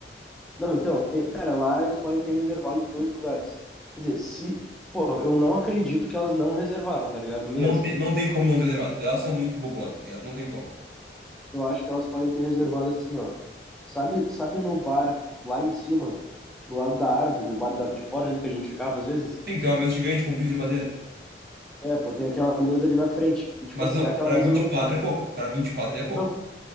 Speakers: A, in the centre; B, on the right.
A: Não, então, tem, cara, lá eles podem ter reservado em dois lugares. Quer dizer, se. Pô, eu não acredito que elas não reservaram, tá ligado? mesa
B: Não tem, não tem como não ter reservado. Elas são muito bobonas, tá ligado? Não tem como.
A: Eu acho que elas podem ter reservado assim, ó. Sabe, sabe no bar lá em cima, do lado da árvore, o bar da- de fora ali que a gente ficava às vezes?
B: Sim, tem uma mesa gigante com pilha de madeira.
A: É, pô, tem aquela mesa ali na frente. E tipo
B: Mas,
A: assim,
B: ó,
A: aquela
B: pra
A: mesa
B: vinte
A: não,
B: e quatro é pouco. Pra 24 ali é pouco.
A: não,